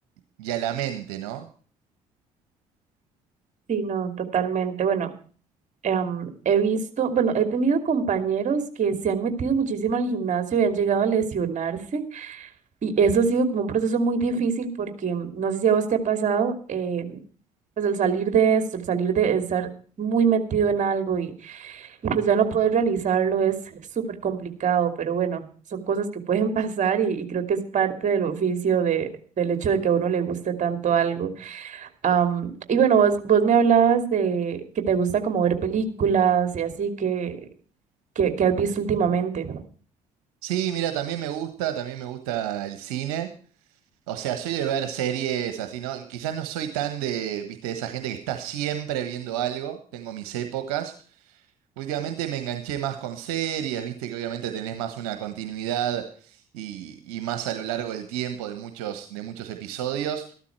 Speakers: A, on the right; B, on the right.
A: y a la mente, ¿no?
B: Sí, no, totalmente. Bueno, em, he visto, bueno, he tenido compañeros que se han metido muchísimo al gimnasio y han llegado a lesionarse Y eso ha sido como un proceso muy difícil porque mm, no sé si a vos te ha pasado, eh, pues el salir de esto, el salir de estar muy metido en algo y, y pues ya no poder realizarlo es súper complicado, pero bueno, son cosas que pueden <laughs> pasar y, y creo que es parte del oficio de, del hecho de que a uno le guste tanto algo. Am, y bueno, vos, vos me hablabas de que te gusta como ver películas y así que, que, que has visto últimamente.
A: Sí, mira, también me gusta, también me gusta el cine. O sea, soy de ver series así, ¿no? Quizás no soy tan de, viste, de esa gente que está siempre viendo algo. Tengo mis épocas. Últimamente me enganché más con series, viste, que obviamente tenés más una continuidad y, y más a lo largo del tiempo de muchos, de muchos episodios.